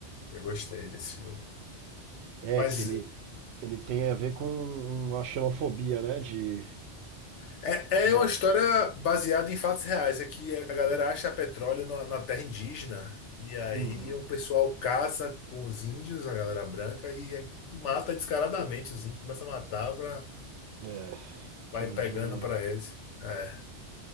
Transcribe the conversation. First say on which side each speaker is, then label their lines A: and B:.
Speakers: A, on the left; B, on the right.
A: Eu gostei desse filme.
B: É,
A: Mas
B: que ele, ele tem a ver com uma xenofobia, né? De
A: é,
B: uma,
A: é uma história baseada em fatos reais. É que a galera acha petróleo na, na terra indígena. E aí
B: Uhum,
A: o pessoal caça com os índios, a galera branca, e mata descaradamente os índios. Começa a matar pra,
B: é,
A: vai
B: pelo
A: pegando
B: dinheiro.
A: pra eles. É,